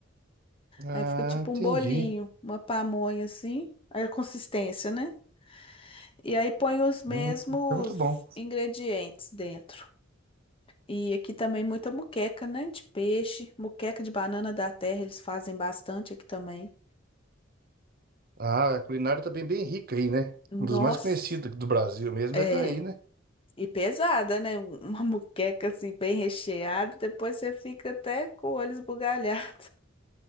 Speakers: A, on the right; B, on the left.
A: Ah,
B: Aí fica tipo
A: entendi.
B: um bolinho, uma pamonha assim, aí a consistência, né? E aí põe os mesmos
A: Hum, é muito bom.
B: ingredientes dentro. E aqui também muita moqueca, né? De peixe, moqueca de banana da terra, eles fazem bastante aqui também.
A: Ah, a culinária também é bem rica aí, né?
B: Nossa,
A: Um dos mais conhecidos do Brasil mesmo
B: é.
A: é daí, né?
B: E pesada, né? Um, Uma <laughs> moqueca assim, bem recheada. Depois você fica até com o olho esbugalhado